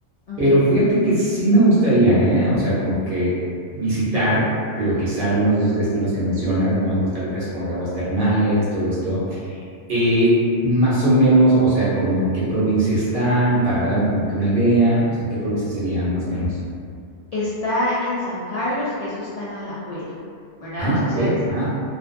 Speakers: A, on the left (about 55°); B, on the right (about 50°).
A: Ujú,
B: pero fíjate que sí me gustaría, ¿eh? O sea, como que visitar, digo, quizá algunos de esos destinos que mencionas, ¿no? En Costa Rica, es como de aguas termales, todo esto eh, más o menos, o sea, como en qué provincia están, para darme como que una idea, o sea, qué provincias serían
A: ajá.
B: más o menos.
A: Está en San Carlos, que eso está en Alajuela, ¿verdad?
B: Ajá,
A: Entonces,
B: ok, ajá.